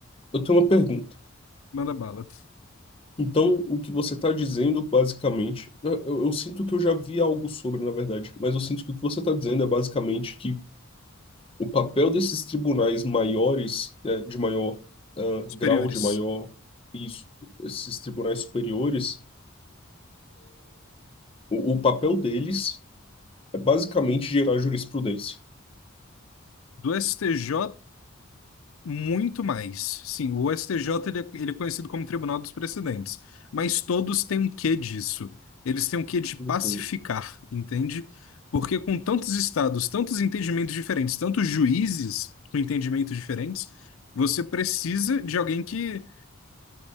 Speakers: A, on the left; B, on the left.
A: eu tenho uma pergunta.
B: Manda bala.
A: Então, o que você está dizendo, basicamente, eu, eu eu sinto que eu já vi algo sobre, na verdade, mas eu sinto que o que você está dizendo é basicamente que o papel desses tribunais maiores, eh, de maior, ah,
B: Superiores.
A: grau, de maior, isso, esses tribunais superiores, o, o papel deles é basicamente gerar jurisprudência.
B: Do STJ, muito mais. Sim, o STJ ele é, ele é conhecido como Tribunal dos Precedentes, mas todos têm um quê disso. Eles têm um quê de pacificar,
A: Uhum.
B: entende? Porque com tantos estados, tantos entendimentos diferentes, tantos juízes com entendimentos diferentes, você precisa de alguém que